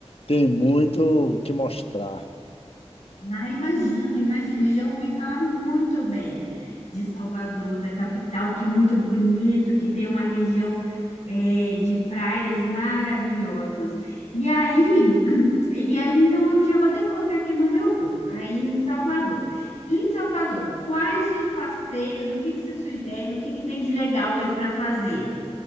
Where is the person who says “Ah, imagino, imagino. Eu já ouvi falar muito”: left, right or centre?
Left